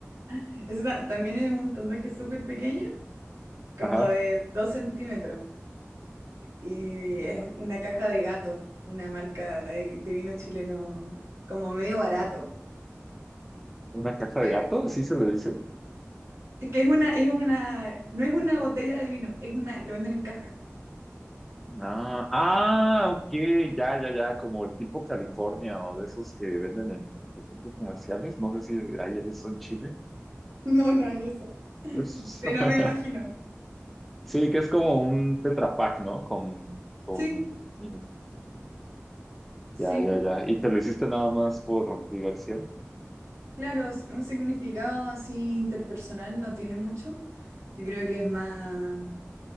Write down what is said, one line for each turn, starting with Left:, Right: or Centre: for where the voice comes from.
Right: <laughs> Ese ta- también es un tatuaje súper pequeño, como
Centre: Ajá.
Right: de dos centímetros. Y es
Centre: Ya.
Right: una caja de gato, una marca de, de vino chileno, como medio barato.
Centre: ¿Una caja
Right: Pero
Centre: de gato? ¿Sí se le dice?
Right: es que es una, es una, no es una botella de vino, es una, lo venden en caja. <laughs>
Centre: Ah, ah, ok, ya, ya, ya, como el tipo California o de esos que venden en los centros comerciales, no sé si hay eso en Chile.
Right: No, no hay eso.
Centre: <laughs>
Right: Pero me imagino.
Centre: Sí, que es como un Tetra Pak, ¿no? Con, con...
Right: Sí,
Centre: Sí. Ya,
Right: sí,
Centre: ya, ya. ¿Y te lo hiciste nada más por diversión?
Right: Claro, s- un significado así interpersonal no tiene mucho. Yo creo que es más,